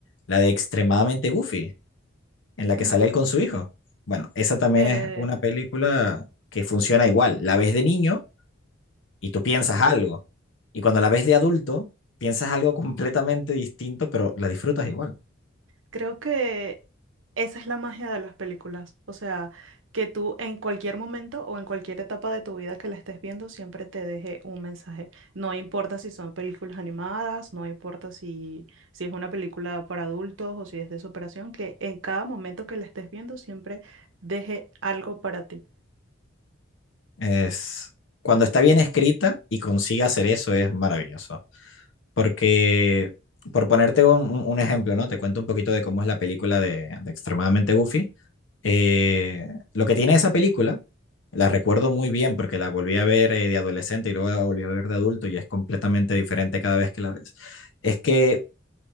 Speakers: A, on the left (about 65°); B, on the right (about 70°).
A: la de Extremadamente Goofy en la que
B: No.
A: sale él con su hijo. Bueno, esa también
B: Eh,
A: es una película que funciona igual. La ves de niño y tú piensas algo. Y cuando la ves de adulto, piensas algo completamente distinto, pero la disfrutas igual.
B: creo que esa es la magia de las películas. O sea, que tú en cualquier momento o en cualquier etapa de tu vida que la estés viendo, siempre te deje un mensaje. No importa si son películas animadas, no importa si, si es una película para adultos o si es de superación, que en cada momento que la estés viendo, siempre deje algo para ti.
A: Es cuando está bien escrita y consigue hacer eso es maravilloso. Porque, por ponerte un, un- un ejemplo, ¿no? Te cuento un poquito de cómo es la película de, de Extremadamente Goofy. Eh, lo que tiene esa película, la recuerdo muy bien porque la volví a ver eh, de adolescente y luego la volví a ver de adulto y es completamente diferente cada vez que la ves, es que